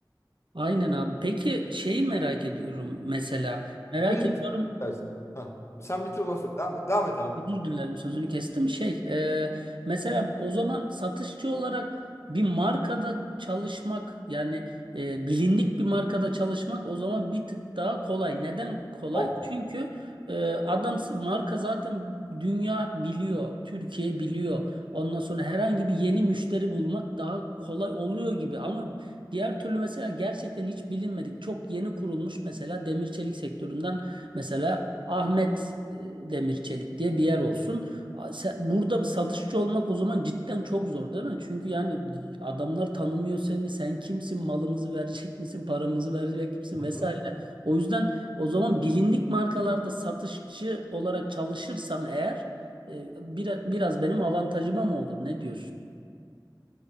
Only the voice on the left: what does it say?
Burayı
bitir. istersen. Hah. Sen bitir ondan sonra. Devam et. Devam et abi.
Ok.
Hı
hı.